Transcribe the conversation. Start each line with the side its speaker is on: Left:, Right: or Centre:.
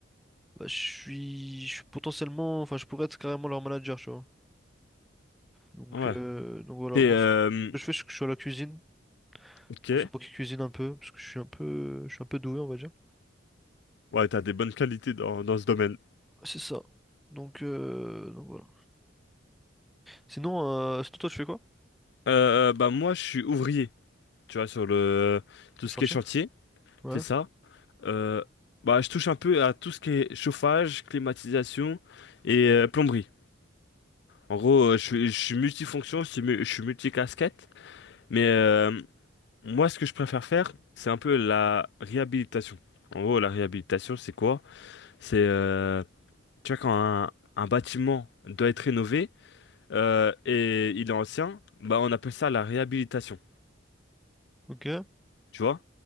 Centre: Bah, je suis, je suis potentiellement, enfin, je pourrais être carrément leur manager, tu vois. Donc,
Left: Ouais.
Centre: euh, donc voilà,
Left: T'es,
Centre: moi,
Left: euh,
Centre: ce que ce que je fais, c'est que je suis à la cuisine.
Left: ok.
Centre: Donc, c'est moi qui cuisine un peu, parce que je suis un peu, je suis un peu doué, on va dire.
Left: Ouais, t'as des bonnes qualités dans, dans ce domaine.
Centre: C'est ça. Donc, euh, donc voilà. Sinon, euh, sinon, toi, tu fais quoi?
Left: Euh, bah moi, je suis ouvrier. tu vois, sur le tout
Centre: Au chantier?
Left: ce qui est chantier,
Centre: Ouais.
Left: c'est ça. Euh, bah, je touche un peu à tout ce qui est chauffage, climatisation et euh, plomberie. En gros, euh, je suis, je suis multifonction, je suis, mu- je suis multicasquette, mais euh, moi, ce que je préfère faire, c'est un peu la réhabilitation. En gros, la réhabilitation, c'est quoi? C'est, euh, tu vois, quand un, un bâtiment doit être rénové euh, et il est ancien, bah, on appelle ça la réhabilitation.
Centre: Ok.
Left: Tu vois?